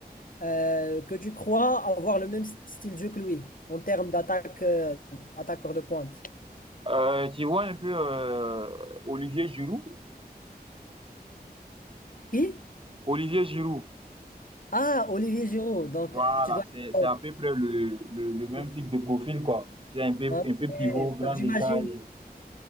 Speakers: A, on the left; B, on the right.
A: euh, que tu crois avoir le même style de jeu que lui en termes d'attaque, euh, attaqueur de pointe?
B: Euh, tu vois un peu euh, Olivier Giroud?
A: Qui?
B: Olivier Giroud,
A: Ah, Olivier Giroud. Donc,
B: voilà,
A: tu dois.
B: c'est c'est
A: Oh,
B: à peu près le, le, le même
A: hein,
B: type de profil, quoi. C'est un peu,
A: Ok.
B: un peu pivot, grand
A: Donc, j'imagine.
B: détail